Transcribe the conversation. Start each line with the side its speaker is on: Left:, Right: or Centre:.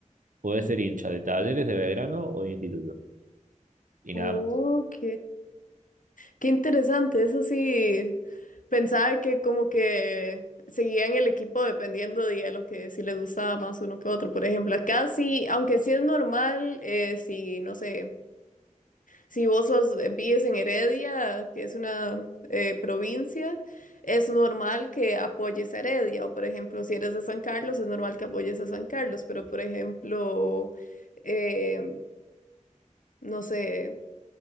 Right: podés ser hincha de Talleres, de Belgrano o de Instituto. Y
Left: Oh,
Right: nada
Left: ok. Qué interesante, eso sí, pensaba que como que seguían el equipo dependiendo de a lo que si les gustaba más uno que otro. Por ejemplo, acá sí, aunque sí es normal, eh, si no sé, si vos sos, eh, vives en Heredia, que es una eh, provincia, es normal que apoyes a Heredia. O por ejemplo, si eres de San Carlos, es normal que apoyes a San Carlos. Pero por ejemplo, eh, no sé.